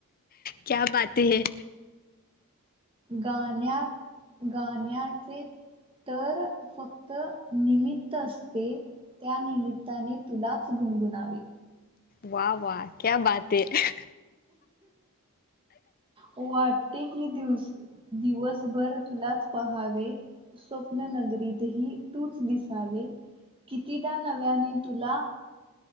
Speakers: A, on the left; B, on the right.
A: क्या बाात है
B: गाण्यात गाण्याचे तर फक्त निमित्त असते त्यानिमित्ताने तुलाच गुणगुनावे
A: वा वा क्या बाात ह
B: वाटते की दिवस दिवसभर तुलाच पहावे स्वप्न नगर तूच दिसावे कितीदा नव्याने तुला